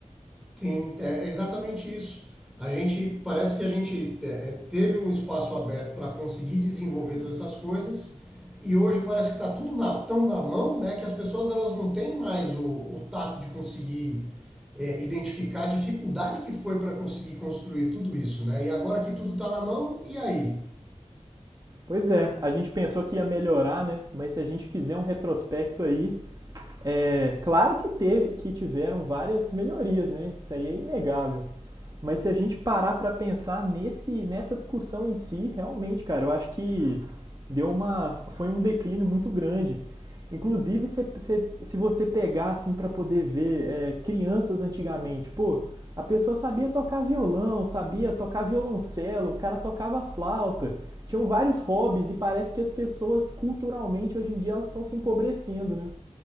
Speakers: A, in the centre; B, on the right.
A: Sim, é exatamente isso. A gente parece que a gente é, é, teve um espaço aberto para conseguir desenvolver todas essas coisas e hoje parece que está tudo na, tão na mão, né, que as pessoas elas não têm mais o, o tato de conseguir é, identificar a dificuldade que foi para conseguir construir tudo isso, né? E agora que tudo está na mão, e aí?
B: Pois é, a gente pensou que ia melhorar, né? Mas se a gente fizer um retrospecto aí, é claro que teve, que tiveram várias melhorias, né? Isso aí é inegável. Mas se a gente parar para pensar nesse, nessa discussão em si, realmente, cara, eu acho que deu uma foi um declínio muito grande. Inclusive, se, se, se você pegar assim para poder ver é, crianças antigamente, pô, a pessoa sabia tocar violão, sabia tocar violoncelo, o cara tocava flauta, tinham vários hobbies e parece que as pessoas culturalmente hoje em dia elas estão se empobrecendo, né?